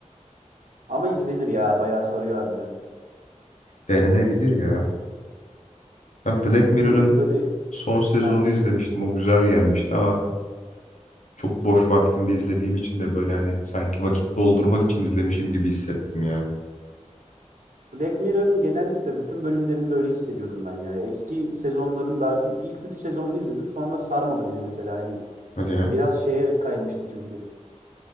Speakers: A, on the right (about 80°); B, on the left (about 70°).
A: Ama izlenir ya bayağı sarıyor harbiden.
B: Denenebilir ya. Ben Black Mirror'ın
A: Senin böyle
B: son sezonunu
A: ha,
B: izlemiştim. O güzel gelmişti ama çok boş vaktimde izlediğim için de böyle hani sanki vakit doldurmak için izlemişim gibi hissettim ya.
A: Black Mirror'ın genellikle bütün bölümlerinde öyle hissediyordum ben ya. Eski sezonlarını daha ilk üç sezonunu izledim sonra sarmadı beni mesela hani
B: Hadi ya.
A: biraz şeye kaymıştı çünkü.